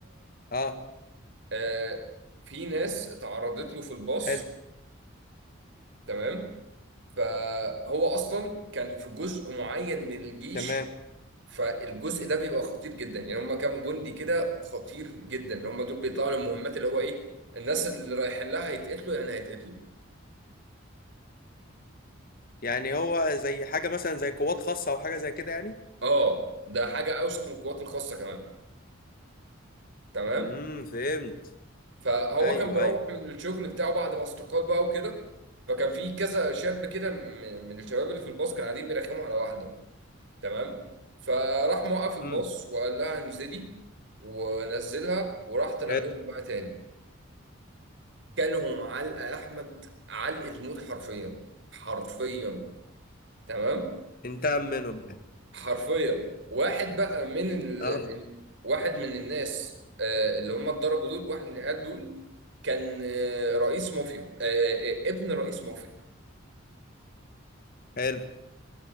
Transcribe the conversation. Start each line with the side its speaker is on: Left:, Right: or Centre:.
Left: اه
Right: آه، في ناس اتعرضت له في الباص
Left: حلو
Right: تمام فهو اصلا كان في جزء معين من الجيش
Left: تمام
Right: فالجزء ده بيبقى خطير جدا يعني هم كام جندي كده خطير جدا اللي هم دول بيطلعوا للمهمات اللي هو ايه الناس اللي رايحين لها هيتقتلوا يعني هيتقتلوا
Left: يعني هو زي حاجة مثلا زي قوات خاصة او حاجة زي كده يعني
Right: اه ده حاجه اوسخ من القوات الخاصه كمان تمام
Left: امم فهمت
Right: فهو
Left: ايوه
Right: كان مروح
Left: ايوه
Right: من الشغل بتاعه بعد ما استقال بقى وكده فكان في كذا شاب كده م- من الشباب اللي في الباص كانوا قاعدين بيرخموا على واحده تمام فراح موقف الباص
Left: امم
Right: وقال لها انزلي ونزلها وراح طلع
Left: حلو
Right: لهم بقى تاني كلهم علقه يا احمد علقه موت حرفيا حرفيا تمام
Left: انتقم منهم يعني
Right: حرفيا واحد بقى من ال...
Left: اه
Right: ال- واحد من الناس آه، اللي هم اتضربوا دول واحد من العيال دول كان آه، رئيس مافيا آه، آه، آه، ابن رئيس مافيا
Left: حلو